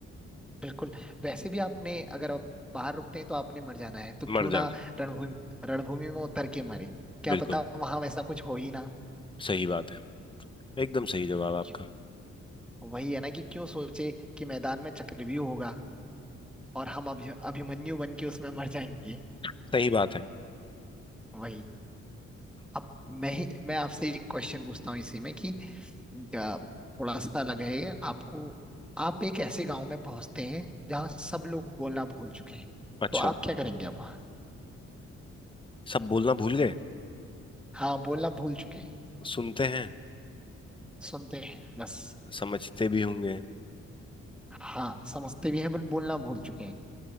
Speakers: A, in the centre; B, on the left.
A: बिल्कुल वैसे भी आपने अगर आप बाहर रुकते हैं तो आपने मर जाना है तो क्यों
B: मर
A: ना
B: जाना
A: रणभूमि रणभूमि में उतर के मरे क्या
B: बिल्कुल
A: पता वहां वैसा कुछ हो ही ना
B: सही बात है एकदम सही जवाब
A: क्यों-
B: आपका
A: वही है ना कि क्यों सोचे कि मैदान में चक्रव्यूह होगा और हम अभि अभिमन्यु बन के उसमें मर जाएंगे
B: सही बात है
A: वही अब मैं ही मैं आपसे एक क्वेश्चन पूछता हूँ इसी में कि अ, थोड़ा सा लगा है आपको आप एक ऐसे गांव में पहुंचते हैं जहाँ सब लोग बोलना भूल चुके हैं
B: अच्छा
A: तो आप क्या करेंगे अब वहाँ
B: सब बोलना भूल गए
A: हाँ बोलना भूल चुके हैं
B: सुनते हैं
A: सुनते हैं बस
B: समझते भी होंगे
A: हाँ समझते भी हैं बट बोलना भूल चुके हैं